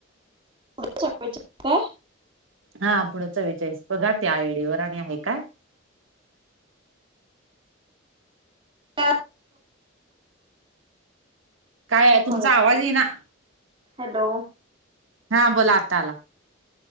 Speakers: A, on the right (about 25°); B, on the right (about 80°).
A: पुढ चवेचाळ काय?
B: हा पुढं चवेचाळीस बघा त्या आयडीवर आणि हाय काय?
A: करत
B: काय
A: ते
B: तुमचा
A: कळत
B: आवाज
A: न्हाय.
B: येईना
A: हॅलो.
B: हा बोला, आता आला.